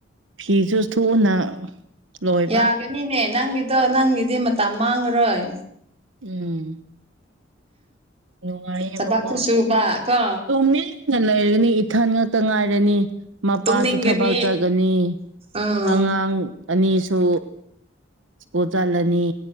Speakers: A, on the right; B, on the right.
A: ꯐꯤꯁꯨ ꯊꯨꯅ ꯂꯣꯏꯕ
B: ꯌꯥꯒꯅꯤꯅꯦ ꯅꯪꯒꯤꯗꯣ ꯅꯪꯒꯤꯗꯤ ꯃꯇꯝ ꯃꯥꯡꯉꯔꯣꯏ
A: ꯎꯝ ꯅꯨꯡꯉꯥꯏꯌꯦꯕꯀꯣ
B: ꯊꯕꯥꯛꯁꯨ ꯁꯨꯕ ꯀꯣ
A: ꯇꯨꯃꯤꯟꯅ ꯂꯩꯔꯒꯅꯤ ꯏꯊꯟ ꯉꯥꯛꯇ ꯉꯥꯏꯔꯅꯤ ꯃꯄꯥꯁꯨ
B: ꯇꯨꯝꯅꯤꯡꯒꯅꯤ
A: ꯊꯕꯛ ꯆꯠꯒꯅꯤ
B: ꯎꯝ
A: ꯑꯉꯥꯡ ꯑꯅꯤꯁꯨ ꯁꯀꯨꯜ ꯆꯠꯂꯅꯤ